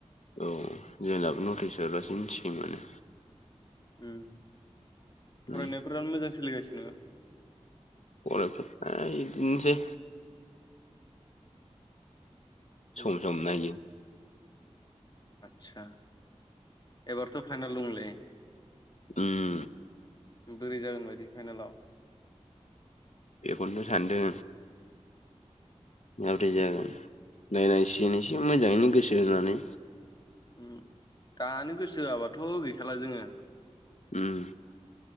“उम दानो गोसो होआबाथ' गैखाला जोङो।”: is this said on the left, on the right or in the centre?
Left